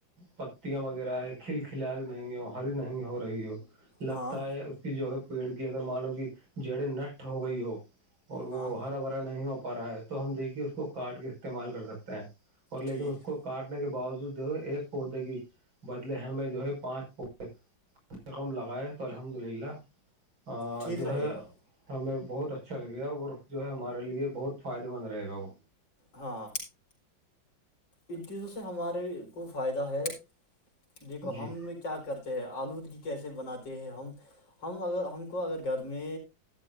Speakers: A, on the right; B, on the left.
A: پتیاں وغیرہ ہے کھل کھلاری نہیں ہے ہری نہیں ہو رہی ہو لگتا
B: ہاں
A: ہے اس کی جو ہے پیڑ کی اگر مانو کہ جڑیں نشٹ ہو گئی ہو اور
B: ہاں
A: وہ ہرا بھرا نہیں ہو پا رہا ہے تو ہم دیکھیے اس کو کاٹ کے استعمال کر سکتے ہیں اور لیکن
B: ٹھیک
A: اس کو کاٹنے کے باوجود جو ہے ایک پودے کی لے ہمیں جو ہے پانچ ک سے کم لگائے تو الحمد للہ اور
B: ٹھیک
A: جو
B: رہے
A: ہے
B: گا
A: ہمیں بہت اچھا لگے گا ورق جو ہے ہمارے لیے بہت فائدے مند رہے گا وہ
B: ہاں ان چیزوں سے ہمارے کو فائدہ ہے دیکھو
A: جی
B: ہم میں کیا کرتے ہیں آلودگی کیسے بناتے ہیں ہم ہم اگر ہم کو اگر گھر میں